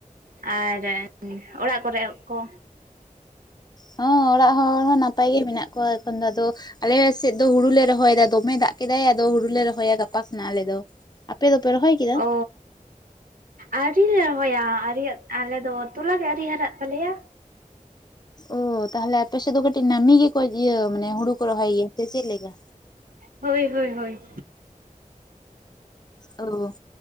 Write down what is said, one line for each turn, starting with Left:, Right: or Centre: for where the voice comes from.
Right: ᱟᱨ ᱚᱲᱟᱜ ᱠᱚᱨᱮᱜ ᱠᱚ᱾
Left: ᱦᱚᱸ᱾ ᱚᱲᱟᱜ ᱦᱚᱲ ᱦᱚᱸ ᱱᱟᱯᱟᱭ ᱜᱮ ᱢᱮᱱᱟᱜ ᱠᱚᱣᱟ ᱮᱠᱷᱚᱱ ᱫᱚ ᱟᱫᱚ ᱟᱞᱮ ᱥᱮᱫ ᱫᱚ ᱦᱩᱲᱩ ᱞᱮ ᱨᱚᱦᱚᱭᱮᱫᱟ ᱫᱚᱢᱮ ᱫᱟᱜ ᱠᱮᱫᱟᱭ ᱟᱫᱚ ᱦᱩᱲᱩ ᱞᱮ ᱨᱚᱦᱚᱭᱟ ᱜᱟᱯᱟ ᱠᱷᱱᱟᱜ ᱟᱞᱮ ᱫᱚ ᱟᱯᱮ ᱫᱚᱯᱮ ᱨᱚᱦᱚᱭ᱾ ᱠᱮᱫᱟ?
Right: ᱚ..... ᱟᱣᱨᱤᱞᱮ ᱨᱚᱦᱚᱭᱟ ᱟᱨᱤᱭᱟᱜ ᱟᱞᱮ ᱫᱚ ᱛᱚᱞᱟ ᱜᱮ ᱟᱹᱨᱤ ᱦᱟᱨᱟᱜ ᱛᱟᱞᱮᱭᱟ᱾
Left: ᱚ ᱛᱟᱦᱚᱞᱮ ᱟᱯᱮᱥᱮᱫ ᱫᱚ ᱠᱟᱹᱴᱤᱡ ᱱᱟᱹᱢᱤ ᱜᱮᱠᱚ ᱤᱭᱟᱹ ᱢᱟᱱᱮ ᱦᱩᱲᱩ ᱠᱚ ᱨᱚᱦᱚᱭ ᱜᱮᱭᱟ ᱥᱮ ᱪᱮᱫᱮ ᱞᱮᱠᱟ?
Right: ᱦᱳᱭ ᱦᱳᱭ ᱦᱳᱭ᱾
Left: ᱚ